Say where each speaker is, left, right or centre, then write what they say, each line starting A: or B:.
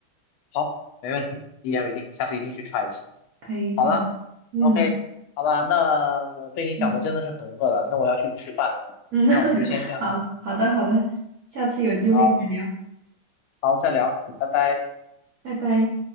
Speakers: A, on the left; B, on the right.
A: 好，没问题，一言为定，下次一定去 try 一下。
B: 可以可以，
A: 好啦，OK，
B: 嗯
A: 好啦，那被你讲的真的是很饿了，
B: 嗯
A: 那我要去吃饭了，
B: 嗯，<laughs>
A: 那我们就先这样了，
B: 好好的好的，下次有机会再聊，
A: 好，好，再聊，拜拜。
B: 拜拜。